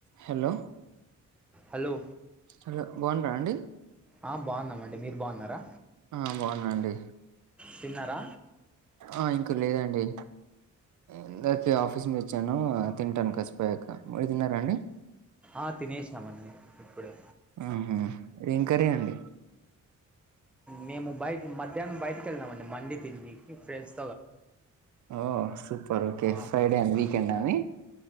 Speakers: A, on the right (about 65°); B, in the centre.
A: Hello
B: hello
A: hello బాగుండ్రా అండి
B: ఆ బాగున్నామండి మీరు బాగున్నారా
A: ఆ బాగున్నానండి
B: తిన్నారా
A: ఆ ఇంక లేదండి ఇందాకే ఆఫీస్ నుండి వచ్చాను తింటాను కాసేపయ్యాక మీరు తిన్నారాండి
B: ఆ తినేసినమండి ఇప్పుడే
A: ఊహు ఏం కర్రి అండి
B: మేము బయట మధ్యాహ్నం బయటకి వెళ్ళనామండి మండి తిననికి ఫ్రెండ్స్
A: ఓ సూపర్ ఓకే
B: ఆ,
A: ఫ్రైడే అని వీకెండ అండి